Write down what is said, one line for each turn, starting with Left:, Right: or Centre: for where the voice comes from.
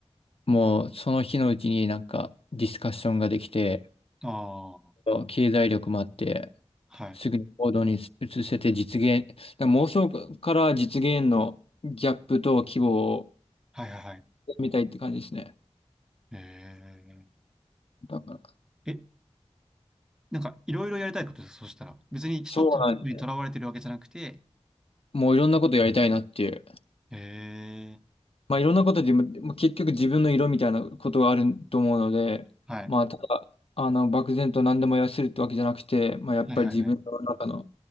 Left: もうその日のうちになんかディスカッションができて、
Centre: ああ、
Left: 経済力もあって、
Centre: はい。
Left: すぐに行動に移せて実現、だから妄想から実現のギャップと規模を
Centre: はいはいはい。
Left: 見たいって感じですね。
Centre: え
Left: だから、
Centre: ー、え、なんかいろいろやりたいことです、そしたら。別に一つのことにとらわれてるわけじゃなくて、
Left: そうなんですね。もういろんなことやりたいなっていう。
Centre: えー、
Left: まあいろんなことで、まあ、結局自分の色みたいなことがあると思うので、
Centre: はい。
Left: まあただ、あの、漠然と何でも痩せるってわけじゃなくて、まあやっぱり自分の中の
Centre: はいはいはい。